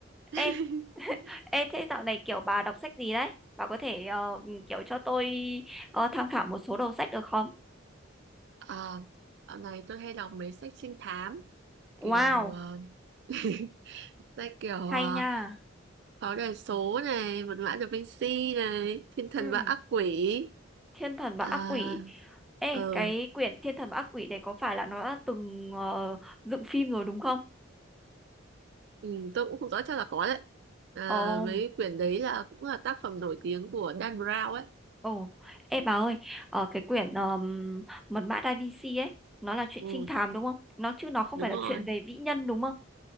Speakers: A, on the right; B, in the centre.
A: <laughs>
B: Ê, <laughs> ê thế dạo này kiểu bà đọc sách gì đấy? Bà có thể ờ, kiểu cho tôi ờ, tham khảo một số đầu sách được không?
A: Ờ, dạo này tôi hay đọc mấy sách trinh thám
B: Wow,
A: kiểu ờ, <laughs> sách kiểu uh,
B: hay nha.
A: Pháo đài số này, Mật mã Da Vinci này, Thiên thần
B: Ừ,
A: và ác quỷ.
B: Thiên thần và
A: À,
B: ác quỷ. Ê,
A: ờ
B: cái quyển Thiên thần và ác quỷ đấy có phải là nó đã từng ờ, dựng phim rồi đúng không?
A: Ừ, tôi cũng không rõ chắc là có đấy. À,
B: Ồ.
A: mấy quyển đấy là cũng là tác phẩm nổi tiếng của Dan Brown ấy.
B: Ồ, ê bà ơi, ở cái quyển um, Mật mã Da Vinci ấy, nó là chuyện
A: Ừ,
B: trinh thám đúng không? Nó chứ nó không
A: đúng
B: phải là
A: rồi.
B: chuyện về vĩ nhân đúng không?